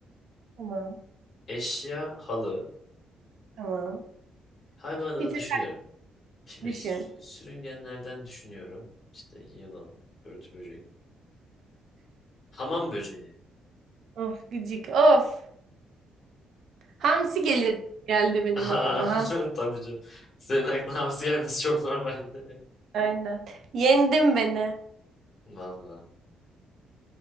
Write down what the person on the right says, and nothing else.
Tamam,
tamam.
Bir
tek
düşün.
Of gıcık, of. Hamsi gelir geldi
benim
aklıma.
Ham
Aynen. Yendin beni.